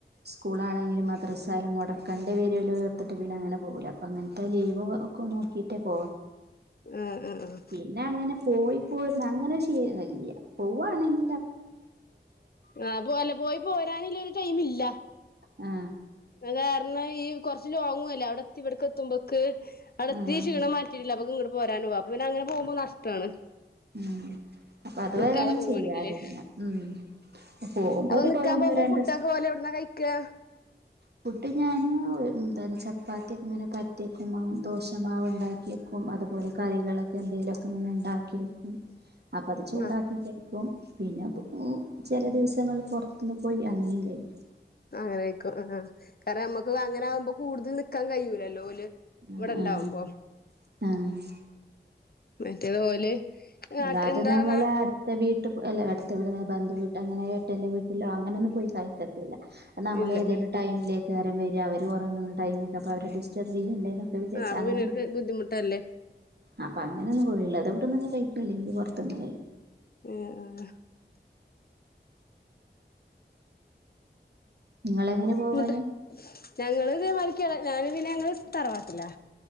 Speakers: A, on the right; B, on the left.
A: സ്കൂളാണെങ്കിലും മദ്രസായാലും മുട കണ്ട് പേരുല്ലോതിർത്തിട്ട് പിന്നെ അങ്ങനെ പോകൂല അപ്പങ്ങൻത്തെ ലീവ് ഒക്കെ നോക്കീട്ടെ പോ
B: ആഹ് ആഹ് ആഹ്
A: പിന്നെ അങ്ങനെ പോയി പോരന്ന അങ്ങനൊരു ശിലൊന്നുല്യാ പോവാണെങ്കി
B: ആ പോവല്ലെ പോയി പോരാനില്ലൊരു ടൈമില്ല
A: ആ
B: ആ കാരണം ഈ കുറച്ച് ലോങ്ങുഅല്ലേ അവിടെത്തി ഇവിടക്കത്തുമ്പോക്ക് അടത്തി
A: ആഹ്
B: ക്ഷീണം മാറ്റിട്ടില്ല അപ്പക്കും ഇ പോരാനു ആവും അപ്പ പിന്നങ്ങനെ പോക്മ്പെ നഷ്ടാണ്
A: ഉം അപ്പൊ അത്
B: നിക്കാതെ
A: വരെ അങ്ങനെ
B: പോവാണെങ്കില്
A: ചെയ്യാറില്ല ഉം പോകുമ്പതുപോലെ
B: അപ്പൊ നിക്കാൻ
A: ഒന്നോ
B: പോകുമ്പോ
A: രണ്ടോസം
B: ഫുഡൊക്കെ ഓല് എവിടുന്നാ കഴിക്കാ
A: ഫുഡ് ഞാന് എന്താണ് ചപ്പാത്തി ഒക്കെങ്ങനെ പര്ത്തെക്കും ദോശമാവ് ണ്ടാക്കിഎക്കും അതുപോലെ കറികളൊക്കെ എന്തേലൊക്കെങ്ങനെ ണ്ടാക്കി വെക്കും അപ്പ അത് ചൂടാക്കി
B: ആഹ്
A: കഴിക്കും പിന്നെ ചെല ദിവസങ്ങള്ള് പൊർത്ത്ന്ന് പോയി അങ്ങനെണ്ടായിരിക്കും
B: അങ്ങനൊക്കെ ആഹ് കാരണം നമ്മക്ക് അങ്ങനാകുമ്പോ കൂടുതൽ നിക്കാൻ കയ്യൂലല്ലോ ഓല്
A: ആ
B: ഇവിടെ ഇണ്ടാവുമ്പോ
A: ആ ആഹ്
B: മറ്റേത് ഓല് നാട്ട്
A: അല്ലാതെ
B: എന്താ
A: നമ്മള്
B: നാ
A: അടുത്ത വീട്ട് <unintelligible> ത്തവിടെന്നാ ബന്ധുവീ അങ്ങനെ ഏട്ടന്റെ വീട്ടിലോ അങ്ങനൊന്നും പോയി കഴിക്കത്തില്ല. നമ്മള്
B: ഇല്ലല്ലേ
A: ഏതേലും ടൈമില് ആരേം വരാ അവര് ഉറങ്ങുന്ന ടൈമെക്ക അപ്പവരെ ഡിറ്റർബ്യ്യണ്ട ന്നൊക്കെ വിചാര്ച്ചാ
B: ആഹ് അപ്പൊ
A: അങ്ങനെ
B: പിന്നെ ഒരു ബുദ്ധിമുട്ടല്ലേ
A: അപ്പൊ അങ്ങനൊന്നും പോവില്ല. അത് ട്ടെന്ന് കയ് ഇല്ലെങ്കിൽ പുറത്ത്ന്ന് കഴിക്കും.
B: ആഹ് ആഹ്
A: നിങ്ങളെങ്ങനെ പോവല്
B: ഇണ്ട്. ഞങ്ങള് ദേ മായ്രി ക്കെ ഞാനും പിന്നെ ഞങ്ങള് തറവാട്ടിലാ.